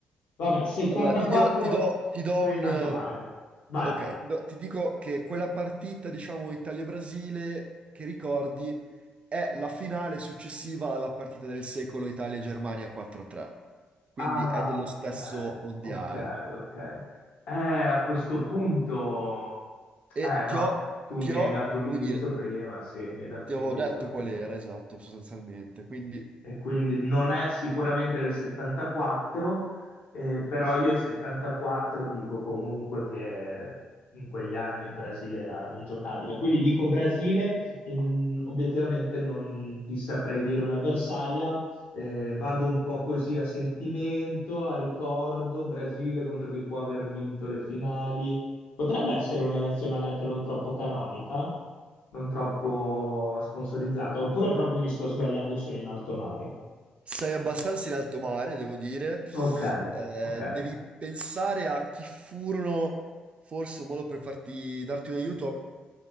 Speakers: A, on the left; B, on the right.
A: vabbè, 74
B: Allora, ti do, ti do- ti do
A: sono
B: un...
A: in alto
B: eh,
A: mare. Vai.
B: Ok, ti do- ti dico che quella partita, diciamo, Italia-Brasile, che ricordi è la finale successiva alla partita del secolo Italia-Germania 4-3. Quindi
A: Ah,
B: è dello
A: ok,
B: stesso mondiale.
A: ok, ok. Eh, a questo punto, eh
B: E
A: no,
B: ti ho,
A: tu mi
B: ti ho,
A: hai dato un
B: come
A: indizio
B: dire,
A: prima, sì, mi hai dato
B: ti
A: un
B: avevo
A: indizio
B: detto
A: prima
B: qual era, esatto, sostanzialmente. Quindi
A: e quindi non è sicuramente del 74, eh, però io 74 dico comunque che in quegli anni il Brasile era ingiocabile. Quindi dico Brasile e mm, obiettivamente non ti saprei dire un'avversaria. Eh, vado un po' così a sentimento, a ricordo, Brasile contro chi può aver vinto le finali. Potrebbe essere una nazionale anche non troppo canonica, non troppo sponsorizzata, oppure proprio mi sto sbagliando e sono in alto mare.
B: sei abbastanza in alto mare, devo dire.
A: Ok,
B: Eh,
A: ok.
B: devi pensare a chi furono, forse un modo per farti, darti un aiuto.